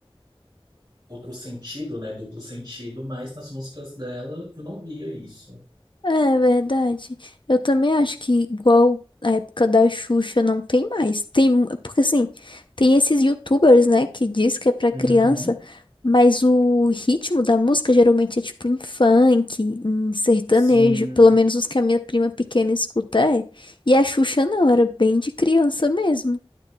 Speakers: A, on the right; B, on the left.
A: outro sentido, né? Duplo sentido, mas nas músicas dela eu não via isso.
B: É verdade. Eu também acho que igual a época da Xuxa não tem mais. Tem, mu- porque assim, tem esses YouTubers, né, que diz que é pra
A: Uhum.
B: criança, mas o ritmo da música geralmente é tipo em funk, em sertanejo,
A: Sim,
B: pelo menos os que a minha prima pequena escuta é. E a Xuxa não, era bem de criança mesmo.